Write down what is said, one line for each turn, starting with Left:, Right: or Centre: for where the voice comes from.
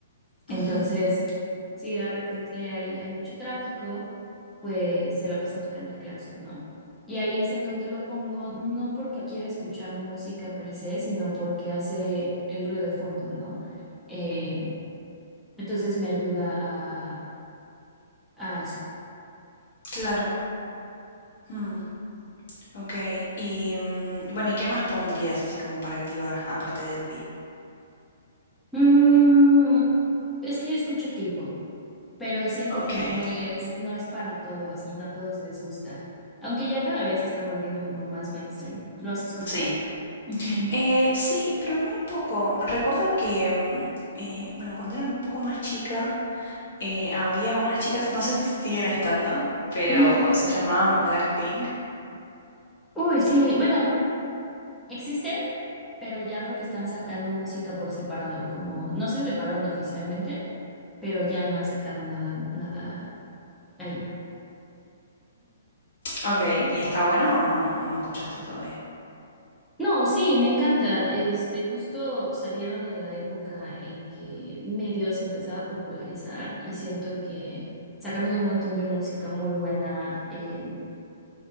Centre: Entonces,
Left: Ujú,
Centre: si de repente hay, hay mucho tráfico, pues se la pasan tocando el claxon, ¿no? Y ahí es en donde lo pongo, no porque quiera escuchar música per se, sino porque hace el ruido de fondo, ¿no? Eh, entonces me ayuda a, a eso.
Left: claro. Mm, ok. Y mm, bueno, ¿y qué más pondrías así como para activar, aparte del pi?
Centre: Mm, es que yo escucho K-pop, pero siento
Left: Ok.
Centre: que no es, no es para todos y no a todos les gusta. Aunque ya cada vez se está volviendo como más mainstream. ¿Lo has escuchado?
Left: Sí.
Centre: Ujú.
Left: Eh, sí, pero muy poco. Recuerdo que, mm, eh, bueno, cuando era un poco más chica, eh, había unas chicas, no sé si siguen estando, pero
Centre: Ujú.
Left: se llamaban Blackpink.
Centre: Uy, sí, bueno. Existen, pero ya creo que están sacando música por separado, como no se separaron oficialmente, pero ya no han sacado nada, nada ahí.
Left: Ok, ¿y está buena o no, o no escuchaste todavía?
Centre: No, sí, me encanta. Este, justo salieron en la época en que medios empezaba a popularizar y siento que sacaron un montón de música muy buena en,